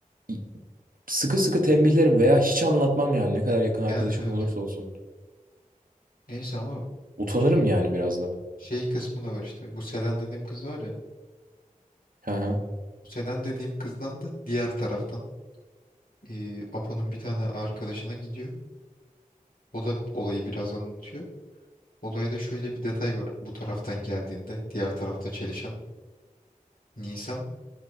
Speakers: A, on the right; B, on the left.
A: i- sıkı sıkı tembihlerim veya hiç anlatmam yani ne kadar yakın arkadaşım
B: Yani evet.
A: olursa olsun.
B: Neyse ama
A: Utanırım
B: şey,
A: yani biraz da.
B: şey kısmı da var işte. Bu Selen dediğim kız var ya.
A: Hı hı.
B: Bu Selen dediğim kızdan da diğer taraftan eee, Apo'nun bir tane arkadaşına gidiyor. O da olayı biraz anlatıyor. Olayda şöyle bir detay var. Bu taraftan geldiğinde diğer tarafta çelişen. Nisan